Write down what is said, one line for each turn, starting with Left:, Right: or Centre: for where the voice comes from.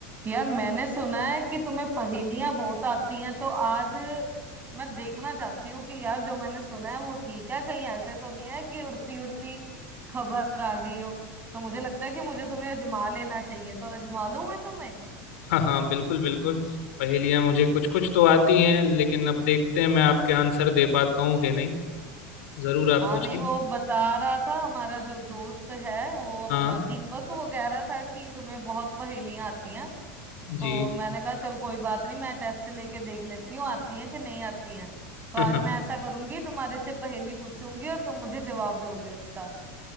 Right: यार मैंने सुना है कि तुम्हें पहेलियां बहुत आती हैं तो आज मैं देखना चाहती हूँ कि यार जो मैंने सुना है वो ठीक है कहीं ऐसे तो नहीं है कि उड़ती उड़ती खबर आ गई हो तो मुझे लगता है कि मुझे तुम्हें अजमा लेना चाहिए तो अजमा लूं मैं तुम्हें
Left: हाँ हाँ बिल्कुल बिल्कुल पहेलियाँ मुझे कुछ कुछ तो आती हैं लेकिन अब देखते हैं मैं आपके आंसर दे पाता हूँ कि नहीं जरूर आप
Right: हाँ
Left: पूछिए
Right: नहीं वो बता रहा था हमारा जो दोस्त है वो अपना
Left: हाँ
Right: दीपक वो कह रहा था कि तुम्हें बहुत पहेलियां आती हैं तो
Left: जी
Right: मैंने कहा चल कोई बात नहीं मैं टेस्ट लेके देख लेती हूँ आती हैं कि नहीं आती हैं तो
Left: <laughs>
Right: आज मैं ऐसा करूंगी तुम्हारे से पहेली पूछूंगी और तुम मुझे जवाब दोगे उसका